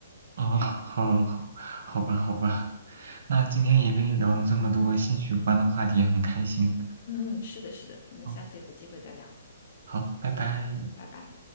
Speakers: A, on the right; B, on the left.
A: 哦，好，好，好吧，好吧，那今天也跟你聊了这么多兴趣有关的话题，
B: <laughs> 嗯
A: 很开心。
B: 嗯嗯，是的，是的，我们下次有机会再聊，
A: 好，好，拜拜。
B: 嗯，拜拜。